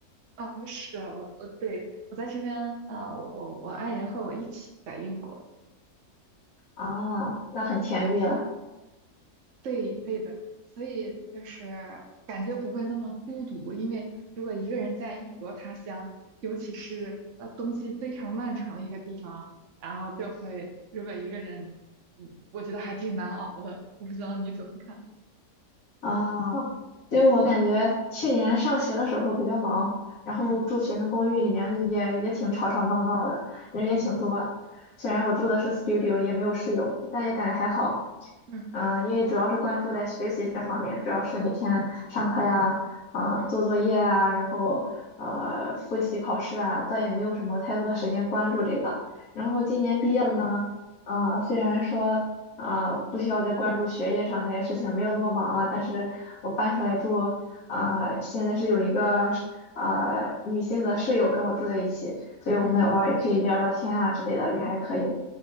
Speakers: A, on the right; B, on the left.
A: 哦，是我我呃对，我在这边啊、呃我我我爱人和我一起在英国。
B: 啊？那很甜蜜了。
A: 嗯对对的，所以就是感觉不会那么孤独，因为如果一个人在异国他乡，尤其是呃冬季非常漫长的一个地方，然后就会如果一个人，嗯，我觉得还挺难熬的。我不知道你怎么看？
B: 啊，因为我感觉去年上学的时候比较忙，然后住学生公寓里面也也挺吵吵闹闹的，
A: 嗯
B: 人也挺多。
A: 嗯
B: 虽然我住的是 studio，也没有室友，但也感觉还好。
A: 嗯嗯
B: 嗯、因为主要是关注在学习这方面，主要是每天上课呀，啊、
A: 嗯
B: 做作业啊，然后呃复习考试啊，倒也没有什么太多的时间关注这个。然后今年毕业了呢，啊，虽然说。啊、不需要再关注学业上那些事情，没有那么忙了。但是我搬出来住啊、现在是有一个啊、女性的室友跟我住在一起，所以我们偶尔也可以聊聊天啊之类的，
A: 嗯。
B: 也还可以。